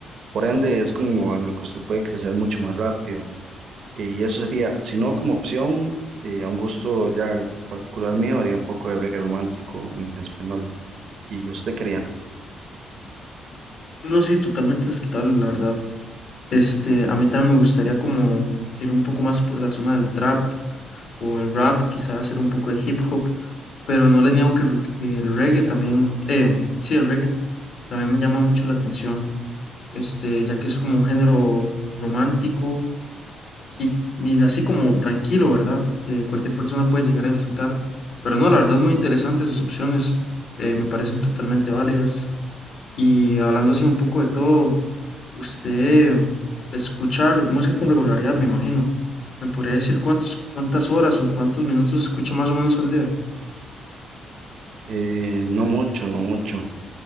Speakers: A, on the right; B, on the left.
A: Por ende, es como en lo que usted puede crecer mucho más rápido. Y eso sería, si no como opción, eh, a un gusto ya particular mío, haría un poco de reggae romántico en español. ¿Y usted quería?
B: No, sí, totalmente aceptable, la verdad. Este, a mí también me gustaría como ir un poco más por la zona del trap o el rap, quizás hacer un poco de hip hop, pero no le niego que el que el reggae también, eh, sí, el reggae también me llama mucho la atención, este, ya que es como un género romántico y, y así como tranquilo, ¿verdad? Que cualquier persona puede llegar a disfrutar. Pero no, la verdad, muy interesantes sus opciones, eh, me parecen totalmente válidas. Y hablando así un poco de todo, usted escucha música con regularidad, me imagino. ¿Me podría decir cuántos, cuántas horas o cuántos minutos escucha más o menos al día?
A: Eh, no mucho, no mucho.